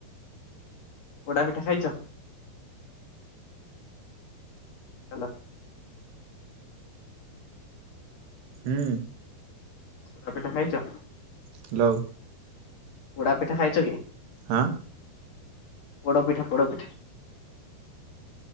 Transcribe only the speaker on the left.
ପୋଡାପିଠା ଖାଇଚ? ହାଲୋ।
ଆଉ କେତେ ଖାଇଚ?
ପୋଡା ପିଠା ଖାଇଚ କି?
ପୋଡ଼ପିଠା ପୋଡ଼ପିଠା